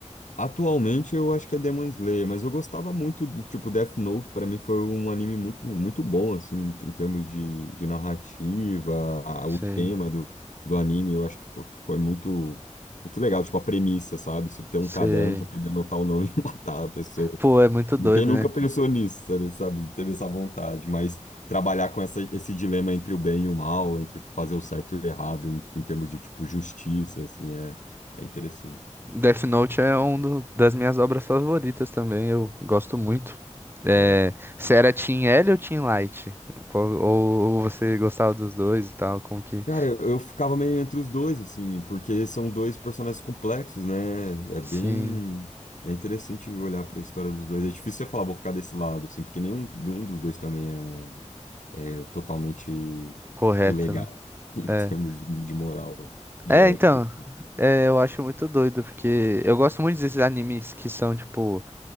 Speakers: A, on the left; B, on the right.
A: Atualmente eu acho que é Demon Slayer, mas eu gostava muito do tipo Death Note, pra mim foi um anime muito, muito bom, assim, em em termos de, de narrativa, a-
B: Sei,
A: o tema do, do anime, eu acho que foi, foi muito, muito legal, tipo, a premissa, sabe? Você ter
B: sei.
A: um caderno, você poder anotar o nome <laughs> e matar a pessoa.
B: Pô, é muito doido,
A: Quem nunca
B: né?
A: pensou nisso, sabe? sabe? Teve essa vontade, mas trabalhar com essa, esse dilema entre o bem e o mal, entre fazer o certo e o errado, em, em termos de, tipo, justiça, assim, é, é interessante.
B: Death Note é uma das minhas obras favoritas também, eu gosto muito. É,
A: É.
B: você era Team L ou Team Light? Qual- Ou, ou você gostava dos dois e tal, como que...
A: Cara, eu, eu ficava meio entre os dois, assim, porque são dois personagens complexos, né? É
B: Sim,
A: bem... É interessante olhar para a história dos dois. É difícil você falar, vou ficar desse lado, assim, porque nenhum um dos dois também é, é totalmente,
B: correto,
A: tipo, legal,
B: né?
A: <laughs> em
B: É,
A: termos de, de moral, de
B: é
A: ética.
B: então, é, eu acho muito doido, porque eu gosto muito desses animes que são, tipo,